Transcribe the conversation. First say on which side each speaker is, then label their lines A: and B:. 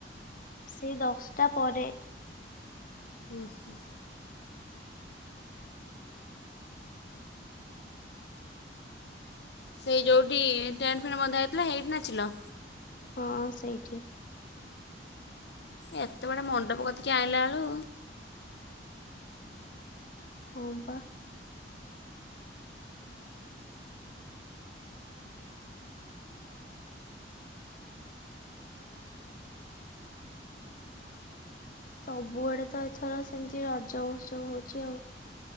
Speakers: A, on the left; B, on the left.
A: ସେଇ ଦଶଟା ପରେ
B: ଉଁ ହୁଁ ସେଇ ଯେଉଁଠି ଟେଣ୍ଟ ଫେଣ୍ଟ ବନ୍ଧା ହେଇଥିଲା ସେଇଥି ନାଚିଲ।
A: ହଁ ସେଇଠି।
B: ଏତେ ବାଟ ମଣ୍ଡପ କତିକି ଆଣିଲା ବେଳୁ
A: ହ ପା ସବୁଆଡେ ତ ଏଥର ସେମତି ରଜ ମହୋତ୍ସବ ହଉଛି ଆଉ।